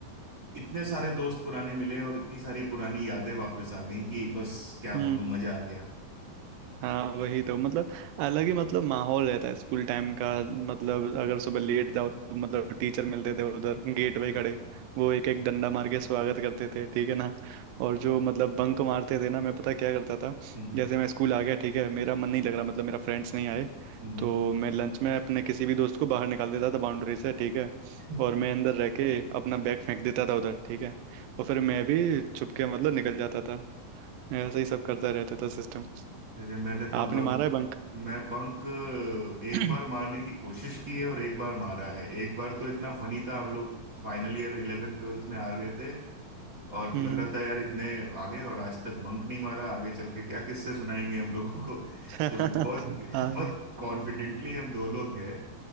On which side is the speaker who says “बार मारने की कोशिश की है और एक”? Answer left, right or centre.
Right